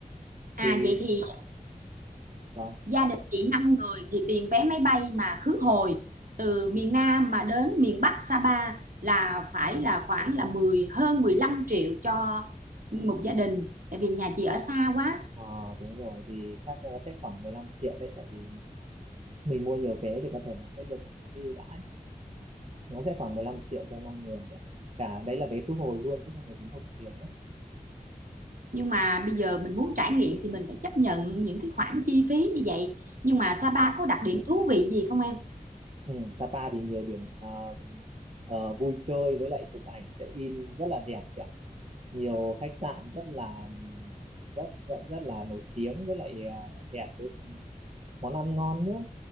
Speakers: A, on the right; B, on the right.
A: À
B: thì
A: vậy thì
B: vâng
A: gia đình chị 5 người thì tiền vé máy bay mà khứ hồi từ miền Nam mà đến miền Bắc Sapa là phải là khoảng là 10 hơn 15 triệu cho một gia đình tại vì nhà chị ở xa quá
B: Ờ, đúng rồi thì chắc nó sẽ khoảng 15 triệu đấy tại vì mình mua nhiều vé thì có thể nó sẽ được một số cái ưu đãi nó sẽ khoảng 15 triệu cho 5 người đấy ạ. cả đấy là vé khứ hồi luôn chứ không phải vé một chiều nhé
A: nhưng mà bây giờ mình muốn trải nghiệm thì mình phải chấp nhận những cái khoản chi phí như vậy nhưng mà Sapa
B: Vâng.
A: có đặc điểm thú vị gì không em
B: Ừ, Sapa thì nhiều điểm à, ờ, vui chơi với lại chụp ảnh check in rất là đẹp chị ạ. Nhiều khách sạn rất là rất rất rất là nổi tiếng với lại ờ, đẹp với món ăn ngon nữa.